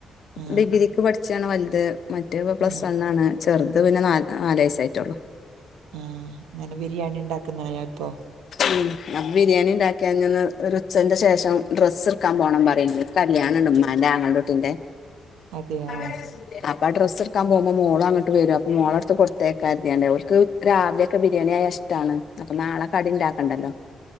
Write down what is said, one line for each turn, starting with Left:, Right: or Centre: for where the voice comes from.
Right: ആ
Left: ഡിഗ്രിക്ക് പഠിച്ചാണ് വൽത്. മറ്റേ പ്പം പ്ലസ്
Right: ആ
Left: വണ്ണ് ആണ്. ചെറുത് പിന്നെ, നാ നാലയ്സായിട്ടുള്ളു.
Right: ആഹ്. അങ്ങനെ ബിരിയാണി ഉണ്ടാക്കുന്ന <unintelligible> ഇപ്പൊ?
Left: ഉം. ന്ന് ബിരിയാണി ഉണ്ടാക്ക <unintelligible> ഒര് ഉച്ചന്റെ ശേഷം, ഡ്രസ് ഇട്ക്കാൻ പോണം പറിണ്ട്. കല്യാണം ണ്ട്, മ്മാന്റെ ആങ്ങളന്റെ കുട്ടീന്റെ <inaudible>
Right: അതെയാ
Left: അപ്പൊ ഡ്രസ് ഇട്ക്കാൻ പോമ്പോ മോള് അങ്ങട്ട് വരും, അപ്പോ മോളെട്ത്ത് കൊടുത്തയക്കാര്ത്യാണ്ടേയ്, ഓല്ക് രാവിലെക്കെ ബിരിയാണി ആയ ഇഷ്- ഷ്ടാണ്, അപ്പൊ നാളെ കടി ണ്ടാക്കണ്ടല്ലോ. !